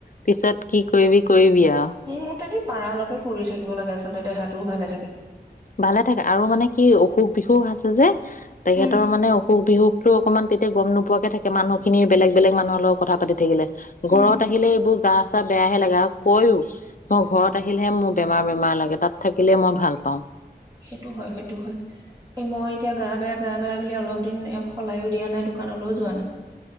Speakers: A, on the left; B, on the right.
A: পিছত কি কৰিবি কৰিবি আৱ
B: মোৰ পাৰালৈকে কৰি থাকিব লাগে আচলতে দেহাটোও ভালে থাকে
A: ভালে থাকে আৰু মানে কি অসুখ বিসুখ আছে যে তেখেতৰ
B: উম
A: মানে অসুখ বিসুখ তো অকণমান তেতিয়া গম নোপোৱাকে থাকে মানুহখিনি বেলেগ বেলেগ মানুহৰ লগত কথা পাতি থাকিলে ঘৰত
B: উম
A: আহিলে এইবোৰ গা চাহ বেয়াহে লাগে আৰু কয়ো মই ঘৰত আহিলেহে মোৰ বেমাৰ বেমাৰ লাগে তাত থাকিলে মই ভাল পাওঁ
B: সেইটো হয় সেইটো হয় এ মই এতিয়া গা বেয়া গা বেয়া বুলি অলপ দিন সলায়ো দিয়া নাই দোকানলৈও যোৱা নাই